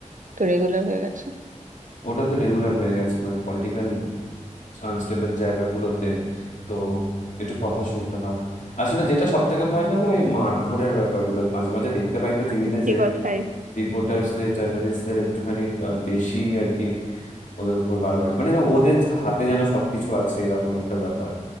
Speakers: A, on the right; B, on the left.
A: তো রেগুলার হয়ে গেছে
B: ওটা তো রেগুলার হয়ে গেছে মানে পলিটিক্যাল আনস্টেবল জায়গাগুলোতে তো একটু কথা শুনতে হয় আসলে যেটা সব থেকে ভয় লাগে ওই মারধরের ব্যাপারগুলো আমি মাঝে মাঝে দেখতে পাই তো টিভিতে
A: সত্যি
B: যে
A: কথাই
B: রিপোর্টার্সদের জার্নালিস্টদের একটুখানি আহ, বেশি আর কি ওদের উপর বাড়াবাড়ি মানে যেন ওদের যে হাতে যেন সবকিছু আছে এরকম একটা ব্যাপার